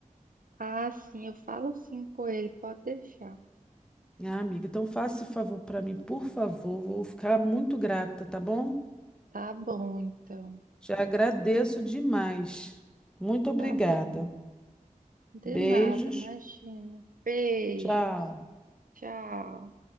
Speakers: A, on the right (about 80°); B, in the centre.
A: Ah, sim, eu falo sim com ele, pode deixar.
B: Ah, amiga, então faça esse favor para mim, por favor. Vou ficar muito grata, tá bom?
A: Tá bom, então.
B: Já agradeço demais. Muito obrigada.
A: Tá bom. De
B: Beijos.
A: nada, imagina. Beijos.
B: Tchau.
A: Tchau.